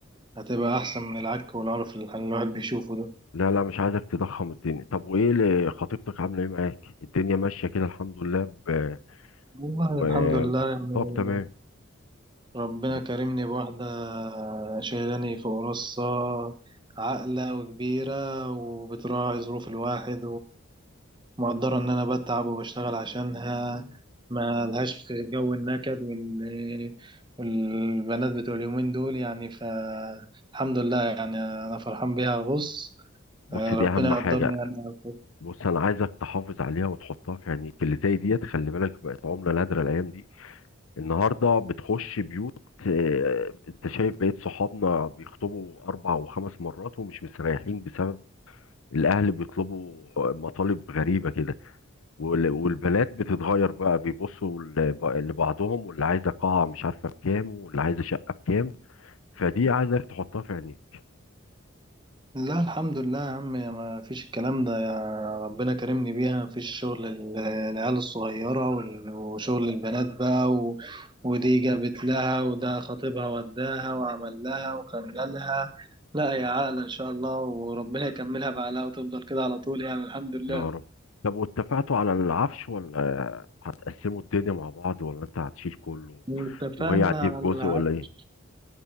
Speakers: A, on the right; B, on the left.
A: هتبقى احسن من العك والعرف اللي الواحد بيشوفه ده
B: لا لا مش عايزك تضخم الدنيا طب وايه اللي خطيبتك عامله ايه معاك الدنيا ماشيه كده الحمد لله ب...
A: والله
B: و...
A: الحمد لله يعني
B: طب تمام
A: ربنا
B: رب-
A: كرمني بواحدة شايلاني فوق راسها عاقلة وكبيرة وبتراعي ظروف الواحد ومقدرة إن أنا بتعب وبشتغل عشانها ما لهاش في جو النكد وال... والبنات بتوع اليومين دول يعني فالحمد لله يعني أنا فرحان بيها بص
B: بص
A: ربنا
B: دي اهم
A: يقدرني
B: حاجه
A: أنا
B: بص انا عايزك تحافظ عليها وتحطها في عينيك اللي زي ديت خلي بالك بقت عمله نادره الايام دي النهارده بتخش بيوت آه، انت شايف بقية صحابنا بيخطبوا اربع وخمس مرات ومش مستريحين بسبب الاهل بيطلبوا مطالب غريبه كده وال- والبنات بتتغير بقى بيبصوا ل- لبعضهم واللي عايزه قاعه مش عارفه بكام واللي عايزه شقه بكام فدي عايزك تحطها في عينيك
A: لا الحمد لله يا عم يا ما فيش الكلام ده يا ربنا كرمني بيها ما فيش شغل ال- العيال الصغيرة وال- وشغل البنات بقى و... ودي جابت لها وده خطيبها وداها وعمل لها وخللها لا يا عاقلة إن شاء الله وربنا يكملها بعقلها وتفضل كده على طول يعني الحمد لله
B: يا رب طب واتفقتوا على العفش ولا آه، هتقسموا الدنيا مع بعض ولا انت هتشيل كله
A: اتفقنا
B: وهي هتجيب
A: على
B: جزء
A: العفش
B: ولا ايه؟